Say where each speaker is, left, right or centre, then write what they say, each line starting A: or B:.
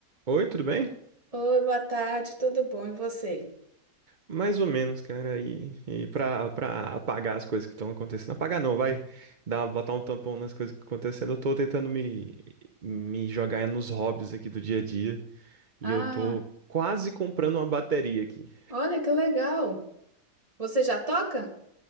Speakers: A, on the right; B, on the right.
A: Oi, tudo bem?
B: Oi, boa tarde, tudo bom? E você?
A: Mais ou menos, cara. E, e pra, pra apagar as coisas que estão acontecendo. Apagar não, vai dar, botar um tampão nas coisas que estão acontecendo. Eu tô tentando me, me jogar nos hobbies aqui do dia a dia. E
B: Ah,
A: eu tô quase comprando uma bateria aqui.
B: olha que legal! Você já toca?